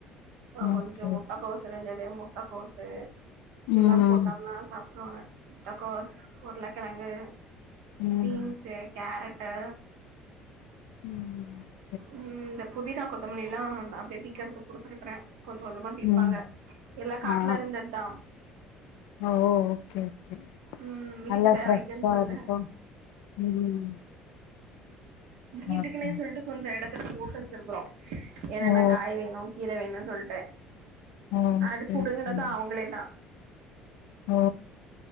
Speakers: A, on the right; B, on the left.
A: ஆ கொஞ்சோ
B: ஓகே
A: முட்டக்கோசு இருந்தது முட்டக்கோசு
B: ம்
A: எல்லாம் போட்டோம்னா சாப்பிட்டுருவாங்க முட்டக்கோஸ் உருளக்கிழங்கு
B: ம்
A: பீன்ஸ்ஸு கேரட்டு
B: ம் ம்
A: ம் இந்த புதினா கொத்தமல்லி எல்லா அப்டி அப்டி கிரதுக்கு குடுத்துருக்கறேன் கொஞ்சம் கொஞ்சமா பிப்பாங்க
B: ம்
A: எல்லா காட்டுல
B: ஆ
A: இருந்தது தா
B: ஓ ஓகே ஓகே
A: ம் வீட்டு
B: நல்லா
A: தேவைக்குன்னு
B: ஃபிரஷா
A: சொல்ட்டு
B: இருக்கும் ம்
A: வீட்டுக்குனே
B: ஓகே
A: சொல்லிட்டு கொஞ்சம் இடத்துல போட்டு வச்சிருக்கறோம் என்னென்னா
B: ஓ
A: காய் வேணும் கீர வேணும்னு சொல்லிட்டு
B: ஓகே
A: அது புடுங்கினது
B: ஓகே
A: அவங்களே தா
B: ஓ